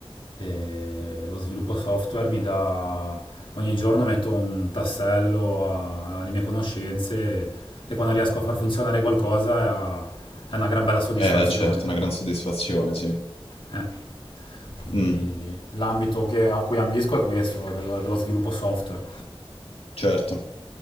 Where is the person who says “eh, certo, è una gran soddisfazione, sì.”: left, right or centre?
Left